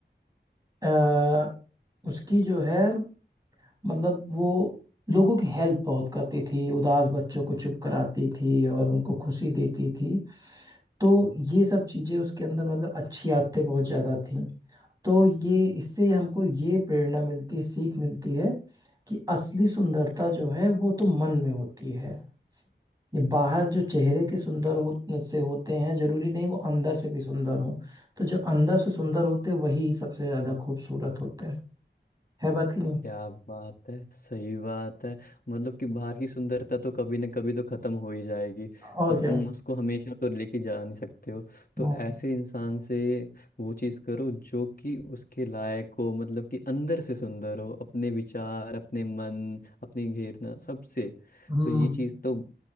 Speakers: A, on the right; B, on the left.
A: आ, उसकी जो है मतलब वो लोगों की हेल्प बहुत करती थी उदास बच्चों को चुप कराती थी और उनको खुशी देती थी तो ये सब चीजें उसके अंदर मतलब अच्छी आदतें बहुत ज्यादा थी तो ये इससे हमको ये प्रेरणा मिलती है सीख मिलती है कि असली सुंदरता जो है वो तो मन में होती है ये बाहर जो चेहरे के सुंदर हो से होते हैं जरूरी नहीं वो अंदर से भी सुंदर हो तो जो अंदर से सुंदर होते हैं, वही सबसे ज्यादा खूबसूरत होते हैं है बात कि नहीं
B: क्या बात है सही बात है मतलब कि बाहर की सुंदरता तो कभी ना कभी तो खत्म हो ही जाएगी
A: और
B: अब
A: क्या
B: तुम उसको हमेशा तो लेके जा नहीं सकते हो
A: हम्म
B: तो ऐसे इंसान से वो चीज करो जो कि उसके लायक हो मतलब कि अंदर से सुंदर हो अपने विचार अपने मन अपनी घेरना सबसे
A: हम्म
B: तो ये चीज तो